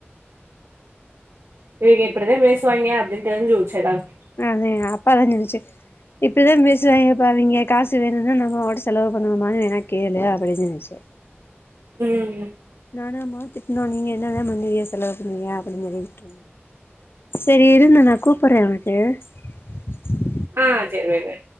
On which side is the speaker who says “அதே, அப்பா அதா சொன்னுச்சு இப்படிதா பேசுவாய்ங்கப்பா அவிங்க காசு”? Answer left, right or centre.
Left